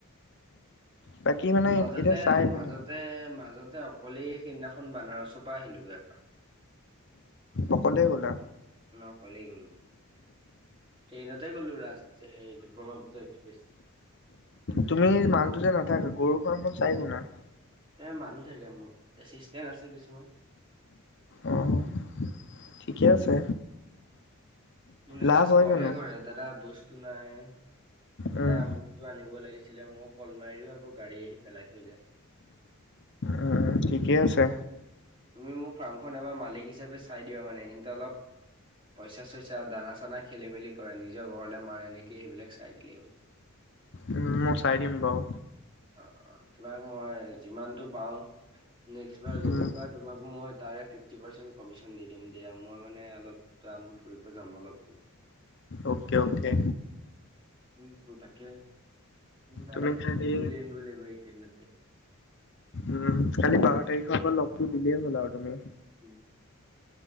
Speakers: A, on the left (about 55°); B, on the right (about 25°).
A: বাকী মানে
B: মাজতে
A: এতিয়া চাই শুনা
B: মাজতে মাজতে। কলেই সেইদিনাখন বানাৰসৰ পৰা আহিলোঁ গৈ এপাক।
A: অকলে গ'লা।
B: মই অকলেই গ'লো। ট্ৰেইনতে গ'লো ৰাজ হেৰি ব্ৰহ্মপুত্ৰ এক্সপ্ৰেছ।
A: তুমি মানুটো যে নাথাকা গৰুৰখনখন চাই কোনে।
B: এ মানুহ থাকে মোৰ এচিষ্টেন্ট আছে কিছুমান।
A: অ', ঠিকে আছে
B: মোলে
A: লাভ
B: জাষ্ট
A: হয়
B: কল
A: জানো
B: হে কৰে দাদা ব। বস্তু নাই দাদা
A: উম,
B: আমুকটো আনি। লাগিছিলে মই কল মাৰি দিওঁ আকৌ গাড়ী আহি পেলাই থৈ যায়।
A: উম, ঠিকে আছে।
B: তুমি মোৰ ফাৰ্মখন এবাৰ মালিক হিচাপে চাই দিয়া মানে সেতে অলপ। পইচা চইচা দানা চানা খেলি মেলি কৰে নিজৰ ঘৰলৈ মানে এনেকে সেইবিলাক চাই দিলেই হ'ল। <unintelligible>
A: উম, মই চাই দিম বাৰু।
B: অ অ তোমাক মই যিমানটো পাওঁ নেক্সট বাৰ গৰু।
A: উম,
B: তোমাক মই তাৰে ফিফটি পাৰ্চন্ত কমিশন দিম দিয়া মই মানে অলপাম ফুৰিব যাম। <unintelligible>
A: Okay okay.
B: উ তাকে লাদাখো
A: তুমি খালি
B: ঘূৰি আহিব লাগিব এইকেইদিনতে।
A: উম কালি বাৰ তাৰিখৰ পা লগতটো দিলেই হ'ল আৰু তুমি।
B: উম <unintelligible>